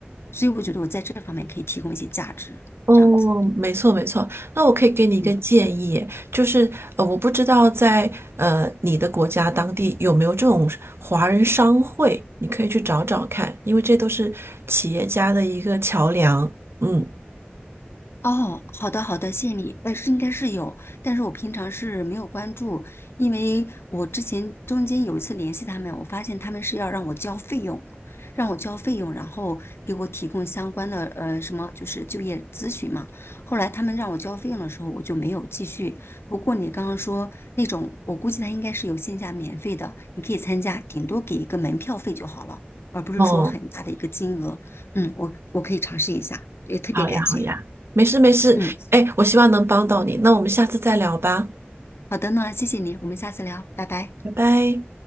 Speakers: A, on the left; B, on the right.
A: 所以我觉得我在这方面可以提供一些价值，
B: 哦，
A: 这样子。
B: 没错没错。那我可以给你一个建议，
A: 嗯。
B: 就是呃，我不知道在呃你的国家当地有没有这种华人商会，你可以去找找看，因为这都是企业家的一个桥梁。嗯，
A: 哦，好的好的，谢谢你。呃，是应该是有，但是我平常是没有关注，因为我之前中间有一次联系他们，我发现他们是要让我交费用，让我交费用，然后给我提供相关的呃什么就是就业咨询嘛。后来他们让我交费用的时候，我就没有继续。不过你刚刚说那种，我估计他应该是有线下免费的，你可以参加，顶多给一个门票费就好了，而不是说很大的一个金额。
B: 哦，
A: 嗯，我我可以尝试一下，也特别感谢。
B: 好呀好呀，没事没事。
A: 嗯。
B: 哎，我希望能帮到你，那我们下次再聊吧，
A: 好的呢，谢谢你，我们下次聊，拜拜。
B: 拜拜。